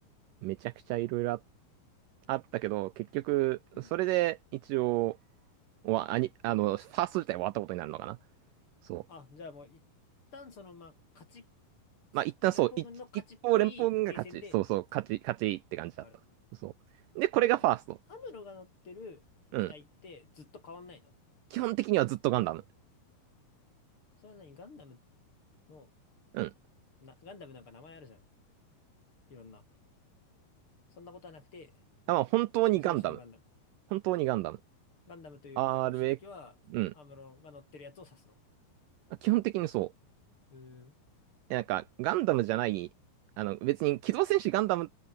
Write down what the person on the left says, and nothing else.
うん。
あ、じゃあもう一旦その、まあ、勝ち、
連邦軍の勝ちっぽい停戦で、
ある。
なんだって、アムロが乗ってる機体ってずっと変わんないの
それは何ガンダムの、
な、ガンダムなんか名前あるじゃん。いろんな。そんなことはなくて、
無印のガンダム。
ガンダムという呼び方をしたときは、
アムロが乗ってるやつを指すの。
うーん。